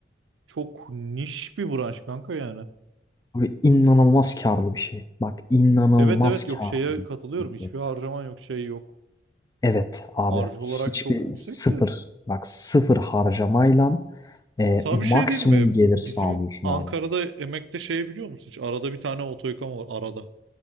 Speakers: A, on the right (about 90°); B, on the left (about 20°).
A: çok niş bir branş kanka yani.
B: Abi inanılmaz karlı bir şey. Bak inanılmaz
A: Evet evet
B: karlı
A: yok şeye
B: bir
A: katılıyorum. Hiçbir
B: şey.
A: harcaman yok şey yok.
B: Evet abi
A: Marj olarak
B: hiçbir
A: çok yüksek
B: sıfır
A: de.
B: bak sıfır harcamayla e,
A: Sana
B: maksimum
A: bir şey diyeyim mi?
B: gelir sağlıyorsun
A: Bizim Ankara'da
B: abi.
A: emekte şey biliyor musun? Hiç arada bir tane oto yıkama var arada.